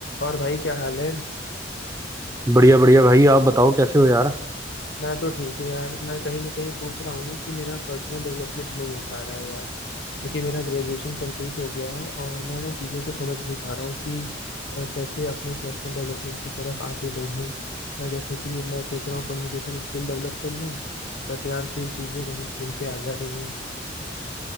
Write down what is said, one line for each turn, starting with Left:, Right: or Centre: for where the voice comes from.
Left: और भाई क्या हाल है
Right: बढ़िया बढ़िया भाई आप बताओ कैसे हो यार
Left: मैं तो ठीक हूँ यार मैं कहीं ना कहीं सोच रहा हूँ ना कि मेरा पर्सनल डेवलपमेंट नहीं हो पा रहा है यार क्योंकि मेरा ग्रेजुएशन कंप्लीट हो गया है और मैं ना चीज़ों को समझ नहीं पा रहा हूँ कि अ, कैसे अपने पर्सनल डेवलपमेंट की तरफ आगे बढ़ूँ मैं जैसे कि मैं सोच रहा हूँ कम्युनिकेशन स्किल डेवलप कर लूँ बट यार फिर चीज़ें वहीं घूम के आ जा रही हैं